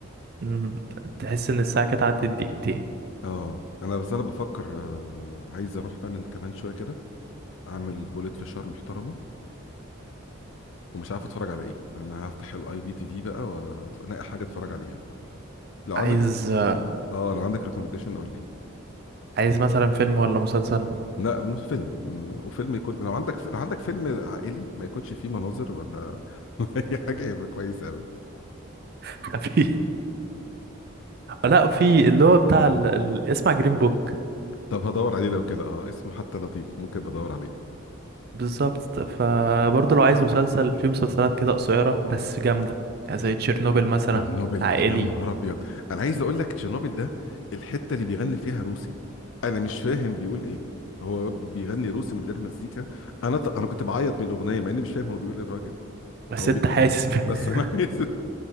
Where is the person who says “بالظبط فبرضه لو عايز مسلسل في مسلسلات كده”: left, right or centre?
Right